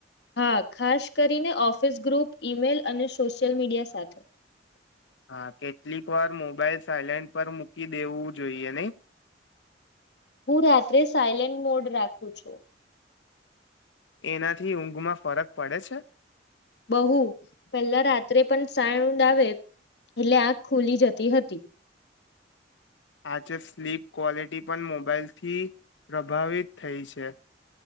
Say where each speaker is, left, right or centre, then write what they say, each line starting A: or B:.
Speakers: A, on the left (about 60°); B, on the left (about 75°).
A: હા ખાસ કરીને ઓફિસ ગ્રુપ ઈમેલ અને સોશિયલ મીડિયા સાથે
B: હા કેટલીક વાર મોબાઈલ સાયલેન્ટ પર મૂકી દેવું જોઈએ નહી
A: હું રાત્રે સાયલેન્ટ મોડ રાખું છું
B: એનાથી ઊંઘમાં ફરક પડે છે
A: બહુ પેલા રાત્રે પણ સાણ ઊંદ આવે એટલે આંખ ખુલી જતી હતી
B: આજે સ્લીપ ક્વોલિટી પણ મોબાાઈલથી પ્રભાવિત થઈ છે